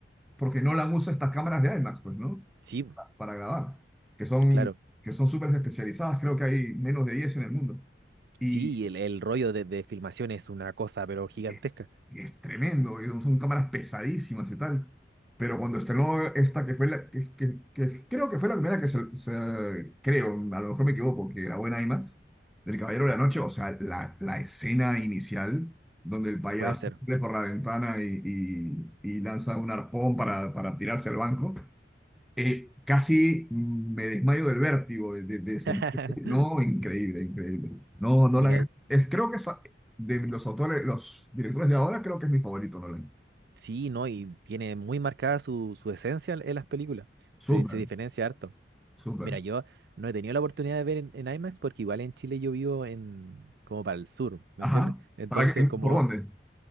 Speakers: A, in the centre; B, on the right (about 60°).
A: porque no la usa estas cámaras de IMAX, pues, ¿no?
B: Sí,
A: Para grabar, que son
B: claro.
A: que son súper especializadas, creo que hay menos de 10 en el mundo. Y,
B: Sí, y el, el rollo de, de filmación es una cosa, pero gigantesca.
A: es, es tremendo, y son son cámaras pesadísimas y tal. Pero cuando estrenó esta, que fue la, que, que- que creo que fue la primera que se, se- creo, a lo mejor me equivoco, que grabó en IMAX, del Caballero de la Noche, o sea, la, la escena inicial, donde el payaso
B: Puede ser.
A: sale por la ventana y, y- y lanza un arpón para, para tirarse al banco, eh, casi me desmayo del vértigo, de, de- de
B: <laughs>
A: sentir- No, increíble, increíble. No, Nolan,
B: Mira,
A: es, creo que es a- de los autores, los directores de ahora, creo que es mi favorito, Nolan.
B: sí, ¿no? Y tiene muy marcada su, su esencia en las películas. Se,
A: Súper,
B: se diferencia harto.
A: súper.
B: Mira, yo no he tenido la oportunidad de ver en, en IMAX porque igual en Chile yo vivo en como para el sur, ¿me
A: Ajá.
B: entiendes? Entonces,
A: ¿Para qué-
B: como
A: ¿Por dónde?